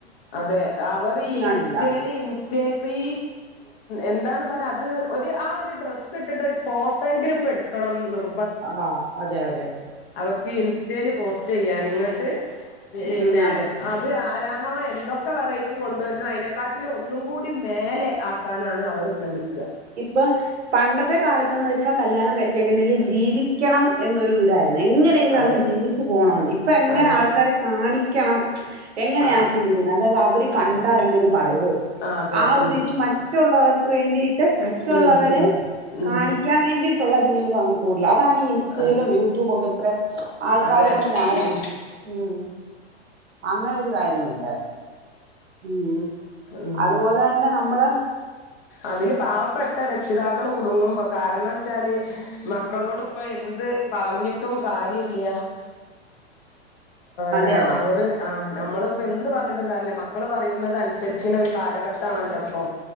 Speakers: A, on the left (about 60°); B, on the right (about 80°).
A: അതെ അവറ് ഈ
B: കാണില്ല
A: ഇൻസ്റ്റേല് യബി എന്താണ് പറ അത് ഒരു ആ ഒരു ഡ്രസ്സ് ഇട്ടിട്ട് ഫോട്ടോങ്കിലും ഇപ്പടുക്കെണം നിർ
B: ആഹ് അതെ അതെ
A: അവർക്ക് ഈ ഇൻസ്റ്റേല് പോസ്റ്റ് ചെയ്യാന് ഇങ്ങട്ട് പിന്നെ
B: ഉം അതെ
A: ഇത് ആരാണോ എന്തൊക്കെ വെറൈറ്റി കൊണ്ടുവരുന്നോ അതിനെക്കാട്ടിലും ഒന്നും കൂടി മേലെ ആ ക്കാനാണ് അവർ ശ്രമിക്ക
B: ഇപ്പൊ പണ്ടത്തെ കാലത്ത്ന്ന് വച്ചാൽ കല്യാണം കഴിച്ച എങ്ങനെങ്കിലും ജീവിക്കണം എന്നൊരു ഇതായി എങ്ങനെങ്കിലും
A: അതെ
B: അങ്ങനെ ജീവിച്ചു പോണന്ന് ഇപ്പൊ എങ്ങനെ
A: അതെ
B: ആൾക്കാരെ കാണിക്കണം എങ്ങനെയാ
A: ആഹ്
B: ചിന്തിക്കുന്നത് അതായത് അവര് കണ്ടാ
A: അതെ
B: എന്തേലും പറയോ
A: അതെ
B: ആ ഒരുരി
A: ഉം
B: മറ്റുള്ളവർക്ക് വേണ്ടിട്ട് മറ്റുള്ളവരെ
A: ഉം ഉം ഉം
B: കാണി ക്കാൻ വേണ്ടയിട്ടുള്ള ജീവി കൂടുതലൽ അതാണ് ഈ ഇൻസ്റ്റയിലും
A: അതെ
B: യൂട്യൂബക്കെ ഇത്രെ ആൾക്കാരകൊണ്ട്
A: അതെ
B: ന്നറേന്നേ
A: ഉം
B: ഉം അങ്ങനൊരു കാര്യണ്ട് ഉം
A: ഉം
B: അതുപോലെന്നെ നമ്മള്
A: അതില് പാവപ്പെട്ട രക്ഷിതാക്കള് കുടുങ്ങും കാരണം വെച്ചാല് മക്കളോട് ഇപ്പൊ എന്ത് പറഞ്ഞിട്ടും കാര്യല്ല
B: അതെ
A: ന്നാ
B: അതെ
A: അവര് ആ നമ്മളിപ്പോ എന്ത് പറഞ്ഞിട്ടും കാര്യല്ല മക്കള് പറയുന്നത് അനുസരിക്കണൊരു കാലഘട്ടാണല്ലോ ഇപ്പൊ